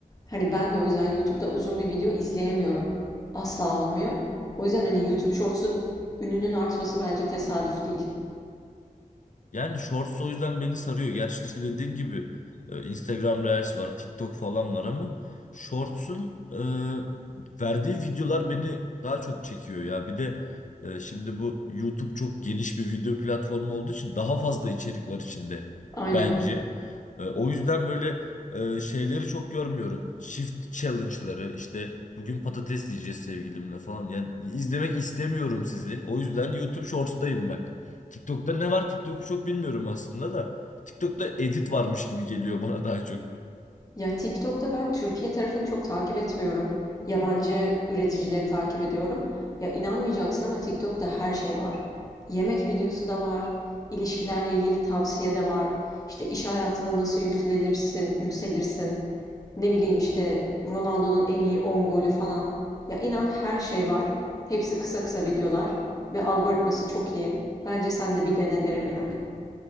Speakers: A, on the left (about 25°); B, on the left (about 55°).
A: Hani ben de o yüzden YouTube'da uzun bir video izleyemiyorum. Asla olmuyor. O yüzden hani YouTube Shorts'un ününün artması bence tesadüf değil.
B: Yani Shorts o yüzden beni sarıyor. Gerçi işte dediğin gibi e, Instagram Reels var, TikTok falan var ama Shorts'un e, verdiği videolar beni daha çok çekiyor ya. Bir de e, şimdi bu YouTube çok geniş bir video platformu olduğu için daha fazla içerik var içinde
A: Aynen.
B: bence. E, o yüzden böyle e, şeyleri çok görmüyorum. Shift challenge'ları işte bugün patates yiyeceğiz sevgilimle falan. Yani izlemek istemiyorum sizi. O yüzden YouTube Shorts'tayım ben. TikTok'ta ne var? TikTok'u çok bilmiyorum aslında da. TikTok'ta edit varmış gibi geliyor bana daha çok.
A: Ya TikTok'ta ben Türkiye tarafını çok takip etmiyorum. Yabancı üreticileri takip ediyorum. Ya inanmayacaksın ama TikTok'ta her şey var. Yemek videosu da var, ilişkilerle ilgili tavsiye de var. İşte iş hayatında nasıl yükselirsin, yükselirsin. Ne bileyim işte Ronaldo'nun en iyi 10 golü falan. Ya inan her şey var. Hepsi kısa kısa videolar ve algoritması çok iyi. Bence sen de bir dene derim yani.